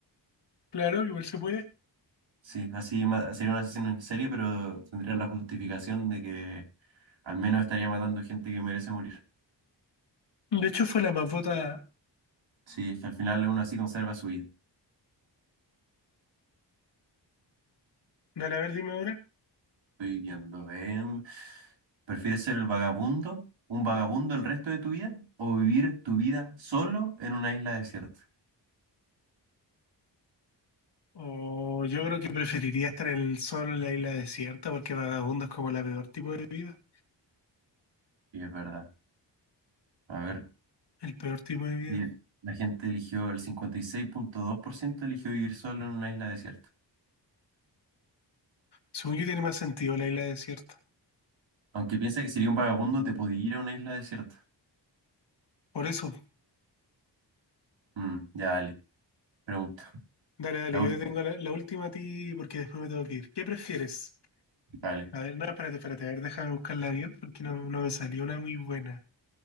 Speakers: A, on the left; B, on the right.
A: Claro, igual se puede.
B: Sí, así ma- sería un asesino en serie, pero tendría la justificación de que al menos estaría matando gente que merece morir.
A: De hecho, fue la más votada.
B: Sí, es que al final uno así conserva su vida.
A: Dale, a ver, dime ahora.
B: Estoy viendo, em, ¿Prefieres ser el vagabundo, un vagabundo el resto de tu vida, o vivir tu vida solo en una isla desierta?
A: O yo creo que preferiría estar en el sol en la isla desierta porque vagabundo es como la peor tipo de vida.
B: Sí, es verdad. A ver,
A: El peor tipo de vida.
B: bien. La gente eligió, el cincuenta y seis coma dos por ciento eligió vivir solo en una isla desierta.
A: Según yo tiene más sentido la isla desierta.
B: Aunque piensa que sería un vagabundo, te podía ir a una isla desierta.
A: Por eso,
B: Mm, ya dale, pregunta.
A: Dale, dale,
B: La última,
A: yo tengo la, la última a ti porque después me tengo que ir. ¿Qué prefieres?
B: dale.
A: A ver, no, espérate, espérate, a ver, déjame buscarla bien porque no, no me salió una muy buena.